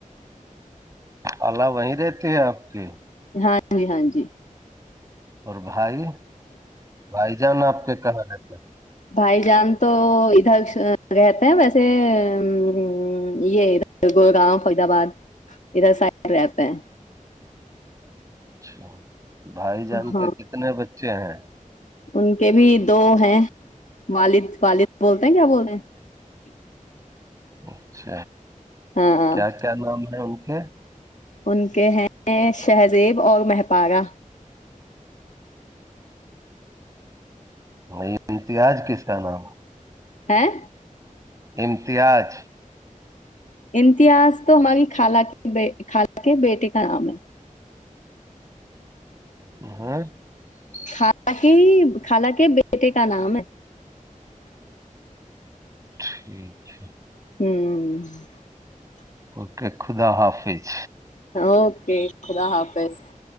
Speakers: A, on the right; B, on the left.
A: اللہ وہیں رہتے ہے آپ کے
B: ہاں جی ہاں جی
A: اور بھائی بھائی جان آپ کے کہاں رہتے
B: بھائی جان تو ادھر رہتے ہیں ویسے ا یہ اھر گڑگاں فرید آباد ادھر سائڈ رہتے ہیں
A: اناودیبل <unintelligible>
B: ہاں ان کے بھی دو ہیں والد والد بولتے ہیں کیا بولتے ہیں
A: <unintelligible>
B: ہاں
A: کیا کیا نام ہے ان ک
B: ان کے ہیں شہزیب اور مہپارا
A: نہیں امتیاج کس کا نام
B: ہیں
A: امتیاز
B: امتیاز تو ہماری خالہ کے خالہ کے بیٹے کا نام ہے
A: ہاں
B: خال کے خال کے بیٹے کا نام ہے <unintelligible>
A: <unintelligible>
B: ہوں
A: اوکے خدا حافظ
B: اوکے خدا حافظ <unintelligible>